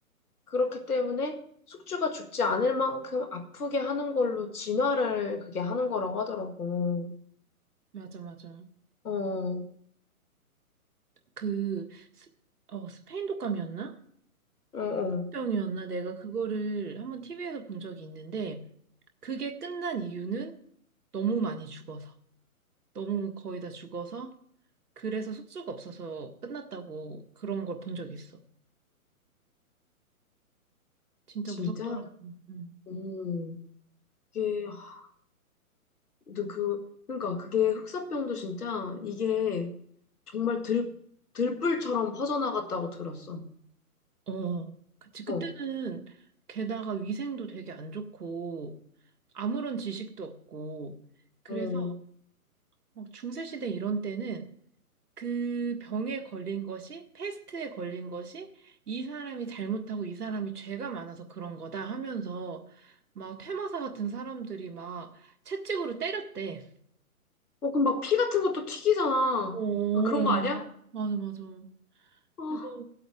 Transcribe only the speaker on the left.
그렇기 때문에 숙주가 죽지 않을 만큼 아프게 하는 걸로 진화를 그게 하는 거라고 하더라고.
어, 어,
어.
진짜?
음, 이게, 하, 근데 그, 그러니까 그게 흑사병도 진짜 이게 정말 들, 들불처럼 퍼져나갔다고 들었어.
어.
어,
어, 그럼 막 피 같은 것도 튀기잖아.
아, 그런 거 아니야?
아,